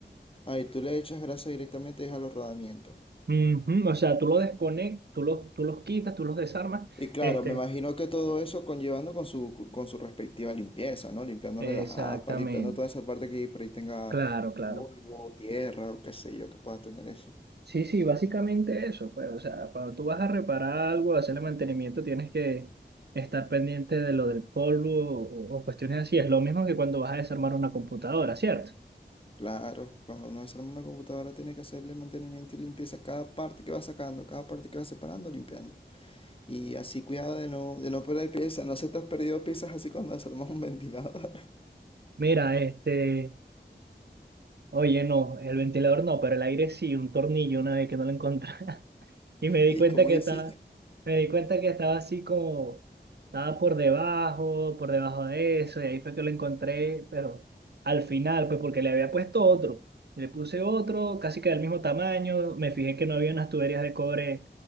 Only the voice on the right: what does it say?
Ujú, O sea, tú lo desconectas, tú los, tú los quitas, tú los desarmas.
Este,
exactamente.
Claro, claro.
Sí, sí, básicamente eso, pues, o sea, cuando tú vas a reparar algo, hacerle mantenimiento, tienes que estar pendiente de lo del polvo o, o cuestiones así. Es lo mismo que cuando vas a desarmar una computadora, ¿cierto?
Mira, este, oye, no, el ventilador no, pero el aire sí, un tornillo una vez que no lo encontré. Y me di
cuenta
que
estaba, me di cuenta que estaba así como, estaba por debajo, por debajo de eso, y ahí fue que lo encontré, pero al final, pues porque le había puesto otro, y le puse otro, casi que del mismo tamaño, me fijé que no había unas tuberías de cobre